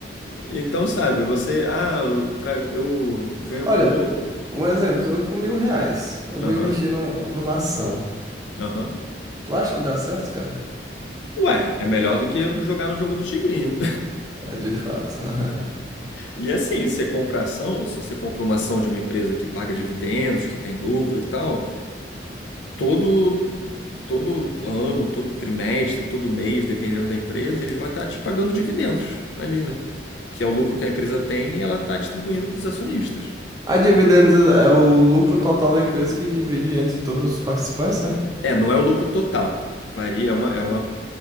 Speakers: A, on the left (about 85°); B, on the right (about 20°).
A: Então, sabe, você. Ah, eu, tra- eu ganho
B: Olha,
A: pouco.
B: um exemplo, eu com mil reais, eu
A: Aham,
B: vou investir num- numa ação.
A: aham.
B: Tu acha que dá certo, cara?
A: Ué, é melhor do que jogar no jogo do Tigrinho.
B: É de fato. <laughs>
A: E assim, você compra ação, se você compra uma ação de uma empresa que paga dividendos, que tem lucro e tal, todo todo ano, todo trimestre, todo mês, dependendo da empresa, eles vão estar te pagando dividendos ali, né? Que é o lucro que a empresa tem e ela está distribuindo para os acionistas.
B: A dividendos é é o lucro total da empresa que divide entre todos os participantes, né?
A: É, não é o lucro total, varia, é uma, é uma